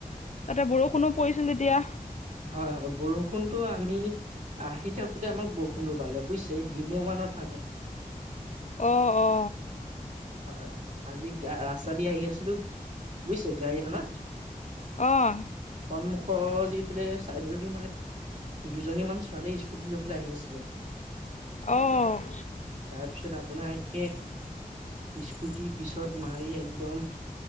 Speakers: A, on the left; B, on the right.
A: তাতে বৰষুণো পৰিছিল তেতিয়া?
B: হয় হয় বৰষুনটো আমি আহি থাকোতে আমাক বৰষুনটো পালে বুজিছে এই ডিমৌ মানত পালে।
A: অ অ।
B: হয় আজি গা ৰাস্তা দি আহি আছিলো বুজিছে গাড়ীখনত?
A: অ'।
B: সন্মুখ যিফেলে চাইডৰ দি মানে দুজনীমান ছোঁ ছোৱালী স্কুটি লৈ পেলাই আহি আছিলে।
A: অ'।
B: তাৰপিছত আপোনাকে স্কুটি পিছত মাৰি একদম